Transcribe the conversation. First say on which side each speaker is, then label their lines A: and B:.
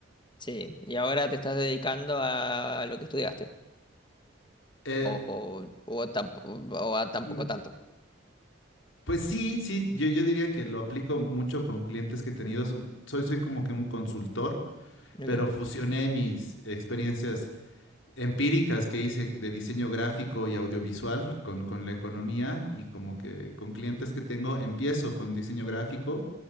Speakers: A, on the left; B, on the left.
A: Sí, y ahora te estás dedicando a lo que estudiaste
B: Eh,
A: o o, o tamp- o a tampoco
B: mm,
A: tanto.
B: pues sí, sí, yo, yo diría que lo aplico mucho con clientes que he tenido. Soy, soy como que un consultor,
A: ¿ok?
B: pero fusioné mis experiencias empíricas que hice de diseño gráfico y audiovisual con, con la economía y como que con clientes que tengo empiezo con diseño gráfico